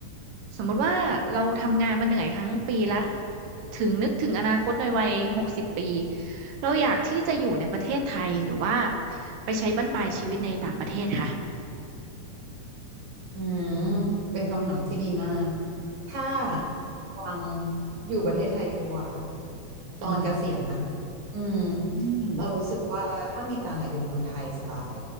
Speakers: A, on the right; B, on the right.
A: สมมุติว่าเราทำงานมาเหนื่อยทั้งปีละถึงนึกถึงอนาคตในวัยหกสิบปีเราอยากที่จะอยู่ในประเทศไทยหรือว่าไปใช้บั้นปลายชีวิตในต่างประเทศค่ะ
B: อืมเป็นคำถามที่ดีมาก ถ้าวังอยู่ประเทศไทยดีกว่า ตอนเกษียณนะ
A: อืม
B: อืม
A: อืม
B: เรารู้สึกว่าถ้ามีตังค์อะอยู่เมืองไทยสบาย